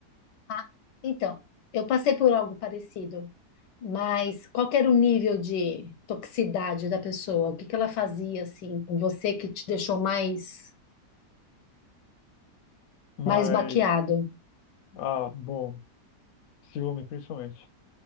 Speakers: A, on the left; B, on the left.
A: Ah, então, eu passei por algo parecido, mas qual que era o nível de toxicidade da pessoa? O que que ela fazia, assim, com você que te deixou mais,
B: Mas,
A: mais baqueado?
B: ah, bom. Ciúme, principalmente.